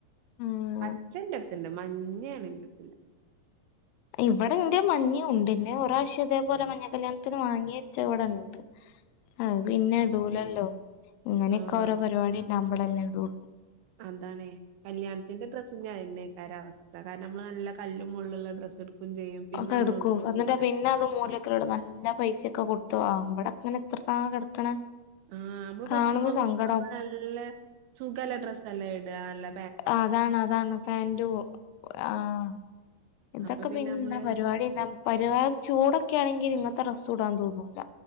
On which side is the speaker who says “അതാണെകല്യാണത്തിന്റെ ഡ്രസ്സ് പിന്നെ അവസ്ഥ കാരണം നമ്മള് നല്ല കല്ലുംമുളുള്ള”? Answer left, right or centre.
Right